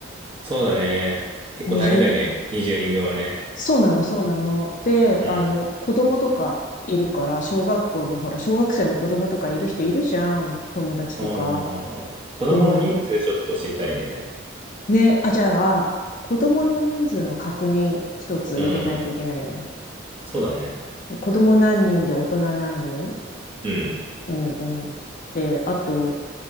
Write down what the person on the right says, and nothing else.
そうだね。結構大変だよね。
20人分はね。
うん。
ああ、子供の人数ちょっと知りたいね。
うん。そうだね。
うん。